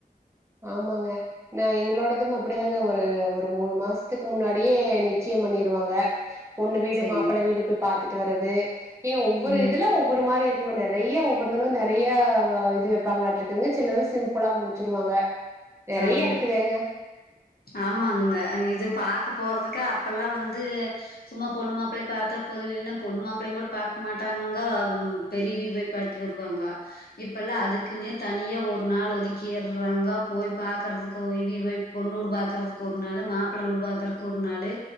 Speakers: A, on the right (about 15°); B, on the left (about 75°).
A: ஆமாங்க நா எங்ளோடது அப்டிதாங்க ஒரு ஒரு மூணு மாஸ்த்துக் முன்னாடியே நிச்சய பண்ணிருவாங்க பொண்ணு வீடு
B: சரிங்க
A: மாப்பள வீடு போய் பாத்துட்டு வரது ஏ ஒவ்வொரு
B: ம்
A: இதுல ஒவ்வொரு மாரி இருக் கிம்ம நெறைய்ய ஒவ்வொருதுல நெறைய இது வெப்பாங்களாட்ருக்குங்க சில இதுல சிம்புளா முடிச்சிருவாங்க நெறைய
B: ஆமா
A: இருக்குதேங்க
B: ஆமாங்க இது பாக்க போறதுக்கு அப்பல்லா வந்து சும்மா பொண்ணு மாப்பிள்ளைய பாத்தா போது இல்லைன்னா பொண்ணு மாப்பிளையும் கூட பாக்க மாட்டாங்கோ பெரியவிய போய் பாட்டு வருவாங்க இப்ப எல்லா அதுக்குன்னே தனியா ஒரு நாள் ஒதுக்கியறாங்கோ போய் பாக்கறதுக்கு இவிய போய் பொண்ணூடு பாக்கறதுக்கு ஒரு நாளு மாப்பிள்ள வீடு பாக்கறக்கு ஒரு நாளு